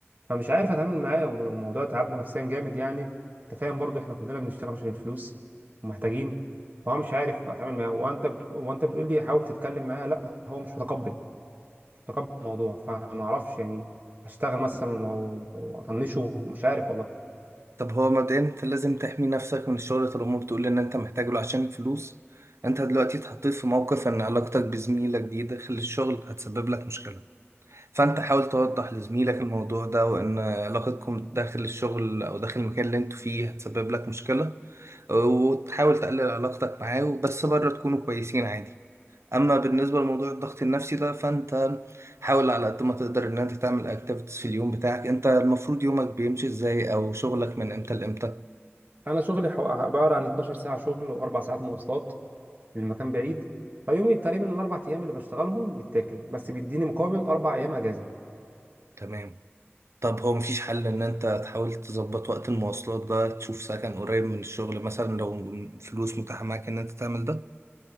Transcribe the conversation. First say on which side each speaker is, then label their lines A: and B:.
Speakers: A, on the right; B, on the right.
A: فمش عارف اتعامل معاه وم- والموضوع تعبنا نفسيا جامد يعني انت فاهم برضو احنا كلنا بنشتغل عشان الفلوس ومحتاجين فهو مش عارف اتعامل معاه وانت بت... وانت بتقول لي حاول تتكلم معاه لا هو مش متقبل مش متقبل الموضوع فما اعرفش يعني اشتغل مثلا و- واطنشه مش عارف والله
B: طب هو مبدئيا انت لازم تحمي نفسك من الشغل طالما بتقول ان انت محتاج له عشان الفلوس انت دلوقتي اتحطيت في موقف ان علاقتك بزميلك دي داخل الشغل هتسبب لك مشكلة فانت حاول توضح لزميلك الموضوع ده وان علاقتكم داخل الشغل او داخل المكان اللي انتوا فيه هتسبب لك مشكلة وتحاول تقلل علاقتك معاه بس بره تكونوا كويسين عادي اما بالنسبة لموضوع الضغط النفسي ده فانت حاول على قد ما تقدر ان انت تعمل اكتيفيتيز في اليوم بتاعك انت المفروض يومك بيمشي ازاي او شغلك من امتى لامتى
A: انا شغلي حو- عباره عن 12 ساعه شغل واربع ساعات مواصلات للمكان بعيد فيومي تقريبا الاربع ايام اللي بشتغلهم بتاكل بس بيديني مقابل اربع ايام اجازه
B: تمام طب هو مفيش حل ان انت تحاول تظبط وقت المواصلات ده تشوف سكن قريب من الشغل مثلا لو فلوس متاحة معاك ان انت تعمل ده